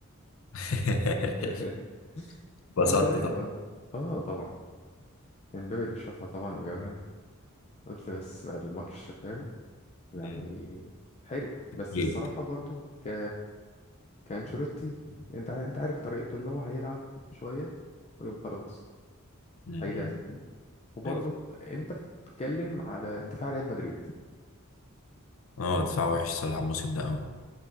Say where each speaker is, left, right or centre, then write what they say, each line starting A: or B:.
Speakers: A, on the left (about 65°); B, on the left (about 30°).
A: <laughs>
B: <laughs>
A: اتبسطت
B: فقمت داخل
A: طبعا
B: على- اه طبعا امبابي اللي شاطها طبعا وجابها قلت بس بعد الماتش فاهم يعني
A: مم.
B: حلو بس
A: جيب
B: الصراحة برضو ك كأنشيلوتي انت ع- انت عارف طريقته اللي هو هيلعب شوية ويقوم خلاص
A: مم.
B: هيدافع وبرضو
A: أيوة.
B: انت بتتكلم على دفاع ريال مدريد
A: اه دفاع وحش صراحه الموسم ده قوي